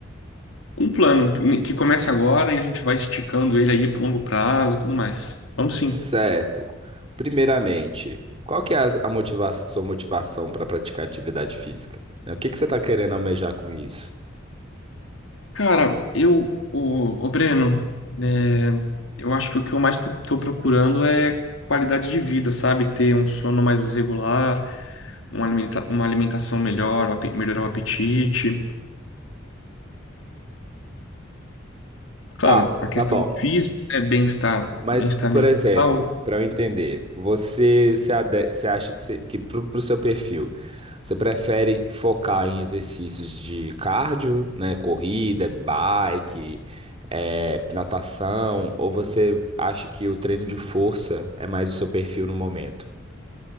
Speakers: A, on the left; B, on the right.
A: um plano que comece agora e a gente vai esticando ele aí pro longo prazo e tudo mais. Vamos sim.
B: Certo. Primeiramente, qual que é a, a motiva- sua motivação para praticar atividade física? né? O que que você está querendo almejar com isso?
A: Cara, eu, o, o Breno, né, eu acho que o que eu mais tô, tô procurando é qualidade de vida, sabe? Ter um sono mais regular, uma alimenta- uma alimentação melhor, o ape- melhorar o apetite. Claro,
B: Tá,
A: a questão
B: tá bom.
A: física, né? Bem-estar,
B: Mas,
A: bem-estar
B: por
A: mental.
B: exemplo, para eu entender, você se, ade- você acha que, você, que pro, pro seu perfil, você prefere focar em exercícios de cardio, né? Corrida, bike, eh, natação, ou você acha que o treino de força é mais o seu perfil no momento?